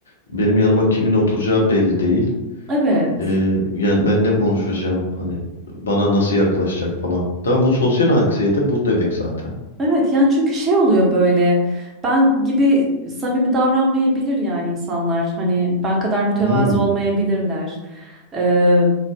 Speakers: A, on the left (about 70°); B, on the right (about 25°).
A: Benim yanıma kimin oturacağı belli değil.
B: evet.
A: Ee, yani ben ne konuşacağım hani bana nasıl yaklaşacak falan. Da bu sosyal anksiyete bu demek zaten.
B: Evet yani çünkü şey oluyor böyle ben gibi samimi davranmayabilir yani insanlar hani ben kadar mütevazı
A: Hmm.
B: olmayabilirler. Ee,